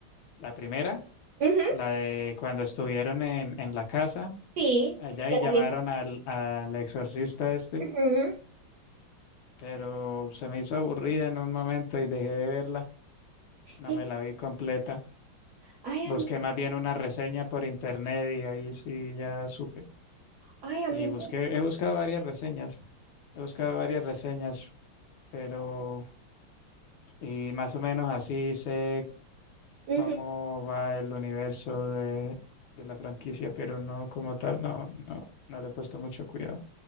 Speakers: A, on the left; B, on the right.
A: la primera.
B: Ujú,
A: la de cuando estuvieron en, en la casa
B: Sí,
A: allá
B: sí, de
A: y llamaron
B: la vieja.
A: al, al exorcista este,
B: Ujú.
A: pero se me hizo aburrida en un momento y dejé de verla, no
B: Y-
A: me la vi completa.
B: Ay,
A: Busqué
B: a mí,
A: más bien una reseña por internet y ahí sí ya supe.
B: ay, a
A: Y
B: mí.
A: busqué, he buscado varias reseñas, he buscado varias reseñas, pero y más o menos así sé
B: me-
A: cómo
B: ujú,
A: va el universo de, de la franquicia, pero no como tal, no, no, no le he puesto mucho cuidado.